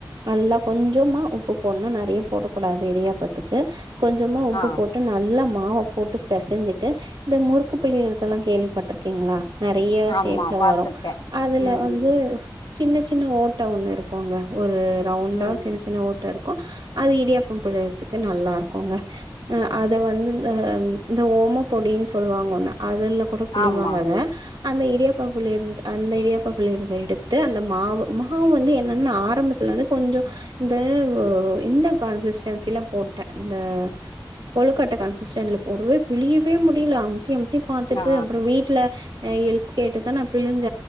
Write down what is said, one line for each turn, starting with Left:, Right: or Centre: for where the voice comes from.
Right: நல்லா கொஞ்சமா உப்பு பொடனு நறைய போடக கூடாது இடியாப்பத்துக்கு கொஞ்சமா உப்பு
Left: ஆ
Right: போட்டு நல்லா மாவ போட்டு பெசஞ்சுட்டு இந்த முறுக்கு பிளிரதெல்லா கேள்விப்பட்ருக்கீங்ளா நெறைய
Left: ஆமா
Right: ஷேப்ல
Left: பாத்துருக்கே
Right: வரு அதுல
Left: ம்
Right: வந்து சின்ன சின்ன ஓட்ட ஒண்ணு இருக்கோங்க ஒரு ரவுண்டா
Left: ம்
Right: சின்ன சின்ன ஓட்ட இருக்கோ அது இடியாப்போ பிளிறதுக்கு நல்லாருக்குங்க அத வந்து இந்த இந்த ஓம பொடின்னு சொல்லுவாங்க ஒன்ன அதுல கூட பிளிவாங்க
Left: ஆமா
Right: அத அந்த இடியாப்ப பிளீறது அந்த இரியாப்ப பிளீறத எடுத்து அந்த மாவு மாவு வந்து என்னன்ன ஆரம்பத்துல வந்து கொஞ்சோ இந்த இந்த கன்சிஸ்டன்சில போட்ட இந்த கொழுக்கட்ட கன்சிஸ்டன்ல போடுவே பிலியவே முடியல அமுத்தி அமுத்தி பாத்துட்டு
Left: ஆ
Right: அப்புறோ வீட் ட்ல எல்ப் கேட்டுதா நா பிழுஞ்ச